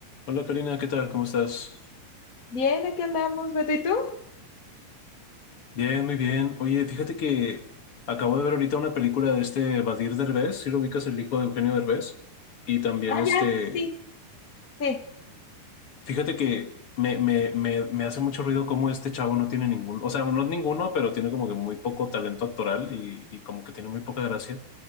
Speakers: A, on the left; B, on the left.
A: Hola Karina, ¿qué tal? ¿Cómo estás?
B: Bien, aquí andamos, Beto, ¿y tú?
A: Bien, muy bien. Oye, fíjate que acabo de ver ahorita una película de este Badir Derbez, si lo ubicas, el hijo de Eugenio Derbez. Y también
B: Ah,
A: este,
B: ya, sí. Sí,
A: fíjate que me, me, me, me hace mucho ruido cómo este chavo no tiene ningún, o sea, no ninguno, pero tiene como que muy poco talento actoral y, y como que tiene muy poca gracia.